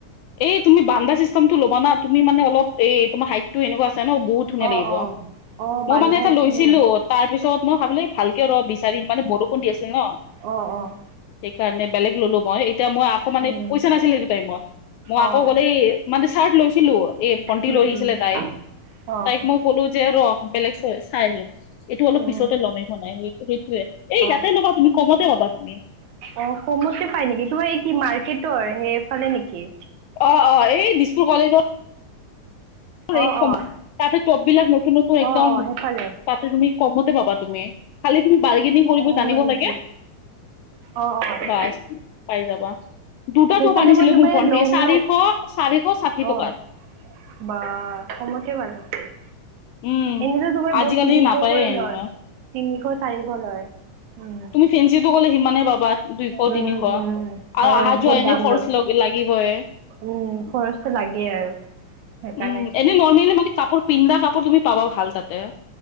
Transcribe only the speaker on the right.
অ',
অ', অ', বান্ধা
মানে
অঁ', অঁ',
উম,
অ',
উম,
উম,
অ',
উম,
অ',
অ', কমতে পাই নেকি? তোমাৰ এই কি মাৰ্কেটোৰ সেইফালে নেকি?
অ',
অ',
অ', অ', সেইফালে
অ',
হয়
নেকি? অ', অ',
সেইফালে
মই তোমাৰ
এই লং
লং
অ',
বা কমতে ভাল চোন',
এনেকে তোমাৰ
বহুত, তিনিশ
কৰি
লয়, তিনিশ চাৰিশ লয়',
উম
উম হয়
বহুত
দাম
উম', খৰচটো লাগেই আৰু সেইকাৰণে',